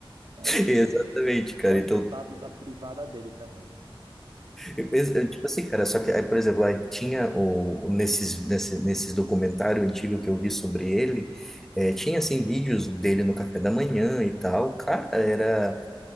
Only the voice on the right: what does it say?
Ai,
né?
coitado
da privada dele também, velho.